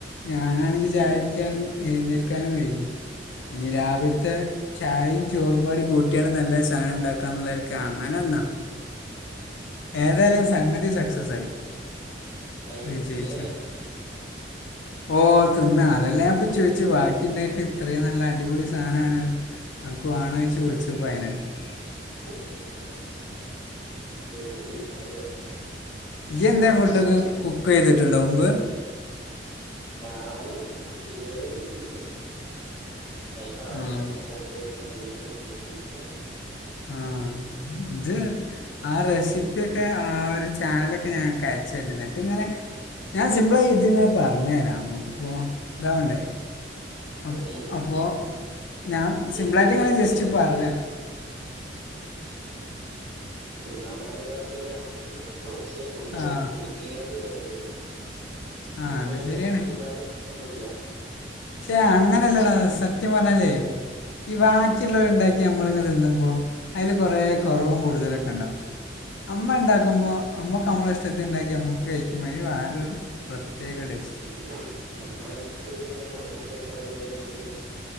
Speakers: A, on the left; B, on the right.
A: ഞാനാണെങ്കി ചായുടിയ്ക്കാൻ
B: ഉം,
A: എഴുന്നേൽക്കാനും വൈകി. ഇഞ്ഞി രാ ത്തെ ചായേം ചോറുപാടി കൂട്ടിയാണ് നല്ല സാനം ഇണ്ടാക്കാന്നുള്ള അങ്ങനെന്നാ ഏതായാലും സംഗതി സക്സസ് ആയി
B: ഉണ്ടാക്കി
A: വിചയിച്ച്
B: തിന്നേനോ
A: ണ് ഓഹ്, തിന്നാ അതെല്ലെ ഞാപ്പ ചോയിച്ചേ വാക്കിണ്ടായിട്ടിത്രയും നല്ല അടിപൊളി സാനാണ് നിൻക്ക് വേണോയ്ച്ച്
B: ഉം.
A: വിൾച്ച് പ്പോ <unintelligible>
B: <unintelligible> <unintelligible>
A: യിഎന്നേ
B: സാധനം
A: ഫുഡൊക്കെ കുക്കെ യ്തിട്ട്ണ്ടോ മുമ്പ്?
B: ഞാൻ <unintelligible> ഇത് വെരെ കുക്കി <unintelligible>
A: ആഹ് ആഹ്, ദ് ആ റെസിപ്യൊക്കെ ആ ഒര് ചാനലൊക്കെ ഞാനൻക്കയച്ചര്ണ്ട്. ന്നട്ട്ങ്ങനെ ഞാൻ സിമ്പ്ളായി ത്ങ്ങനെ പർഞ്ഞെരാ. അമുക്ക്പ്പോ താവണ്ടേ. അപ്പോ,
B: ഉം.
A: അപ്പോ ഞാം സിമ്പിളായിട്ട്ങ്ങനെ
B: എനിക്കെന്നാന്നറിയോ
A: ജസ്റ്റ്
B: എനിക്ക്
A: പറഞ്ഞെ.
B: എന്നാ ഭയങ്കര താല്പര്യമാണ് പക്ഷേ കുക്കിനോ
A: ആഹ്
B: <unintelligible> കുക്കിങ്ങിനോട് വെല്ല്യ താല്പര്യല്ല്യ. <unintelligible>
A: ആഹ് അത് ശരിയാണ്
B: തിന്നാ കൊ പ്പൊന്നുല്ല്യ.
A: ഷേ, അങ്ങനെല്ലെടാ സത്യം പർഞ്ഞാല്ലേ ഈ വാക്കിള്ളോര്ണ്ടാക്കി അമ്മള്ങ്ങ തിന്നുമ്പോ അയിലൊക്കെ കൊറേ കൊറവും കൂടുതലൊക്കെണ്ടാവും. അമ്മണ്ടാക്കുമ്പോ അമ്മക്ക് അമ്മടെ ഇഷ്ടത്തിന്ണ്ടാക്കി അമ്മക്ക് കയിക്കുമ്പൊ അയ്ന് വേറൊര് പ്രത്യേകടേസ്റ്റ്‌.
B: <unintelligible> <unintelligible> ഞമ്മള് <unintelligible> പെട്ടെന്നോല് അങ്ങേട്ട്